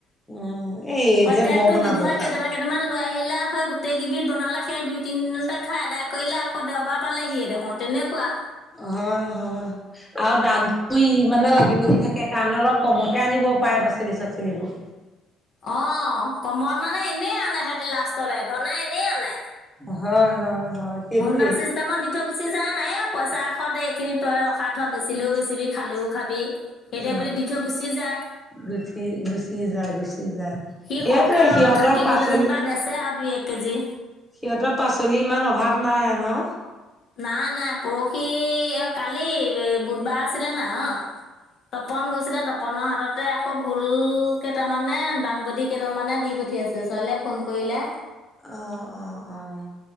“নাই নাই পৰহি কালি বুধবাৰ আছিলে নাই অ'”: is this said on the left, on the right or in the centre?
Left